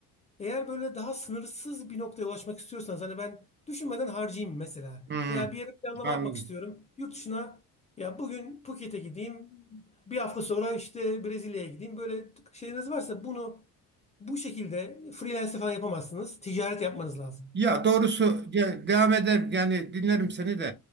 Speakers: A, on the left (about 20°); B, on the right (about 30°).
A: Eğer böyle daha sınırsız bir noktaya ulaşmak istiyorsanız hani ben düşünmeden harcayayım mesela
B: Hı,
A: veya bir yere planlama
B: anladım.
A: yapmak istiyorum. Yurt dışına ya bugün Phuket'e gideyim bir hafta sonra işte Brezilya'ya gideyim böyle şeyiniz varsa bunu bu şekilde freelance falan yapamazsınız. Ticaret yapmanız lazım.
B: Ya doğrusu ya, devam eder yani dinlerim seni de